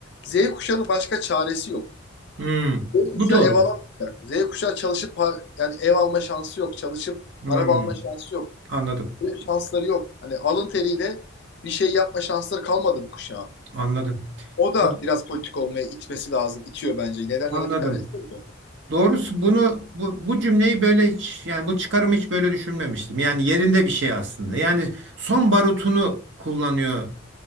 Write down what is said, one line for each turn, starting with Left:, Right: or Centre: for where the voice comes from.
Left: Z kuşağının başka çaresi yok.
Right: hmm.
Left: Z
Right: Bu
Left: kuşağı
Right: doğru.
Left: ev alamayacak. Z kuşağı çalışıp pa- yani ev alma şansı yok. Çalışıp
Right: Hmm,
Left: araba alma şansı yok.
Right: anladım.
Left: Böyle bir şansları yok. Hani alın teriyle bir şey yapma şansları kalmadı bu kuşağın.
Right: Anladım.
Left: O da
Right: Bu-
Left: biraz politik olmaya itmesi lazım. İtiyor bence. Nedenlerden
Right: Anladım.
Left: bir tanesi de bu.
Right: Doğrusu bunu bu, bu cümleyi böyle hiç yani bu çıkarımı hiç böyle düşünmemiştim. Yani yerinde bir şey aslında. Yani son barutunu kullanıyor